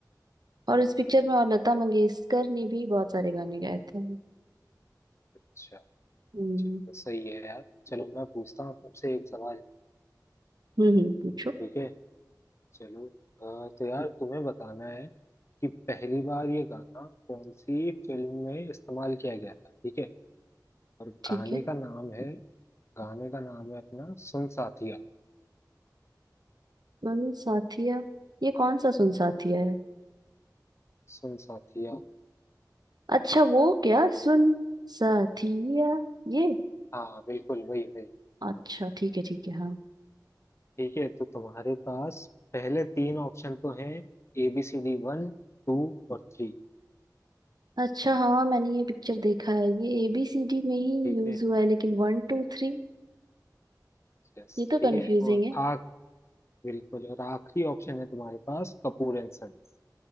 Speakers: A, on the right; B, on the left.
A: और इस पिक्चर में और लता मंगेशकर ने भी बहुत सारे गाने गाए थे
B: अच्छा
A: हम्म
B: चलो सही है यार चलो मैं पूछता हूँ तुमसे एक सवाल
A: हम्म हम्म, पूछो
B: ठीक है चलो अ, तो यार तुम्हें बताना है कि पहली बार ये गाना कौन सी फिल्म में इस्तेमाल किया गया था ठीक है और
A: ठीक
B: गाने
A: है
B: का नाम है गाने का नाम है अपना सुन साथिया
A: सुन साथिया ये कौन सा सुन साथिया है
B: सुन साथिया
A: अच्छा वो क्या सुन साथिया ये
B: हाँ बिल्कुल वही वही
A: अच्छा ठीक है ठीक है हाँ
B: ठीक है तो तुम्हारे पास पहले तीन ऑप्शन तो हैं A B C D one two और थ्री
A: अच्छा हाँ मैंने ये पिक्चर देखा है ये एबीसीडी में ही
B: ठीक
A: यूज
B: है
A: हुआ है लेकिन वन टू थ्री
B: यस
A: ये तो
B: ठीक
A: कंफ्यूजिंग
B: है और
A: है
B: आख बिल्कुल और आखिरी ऑप्शन है तुम्हारे पास कपूर एंड सन्स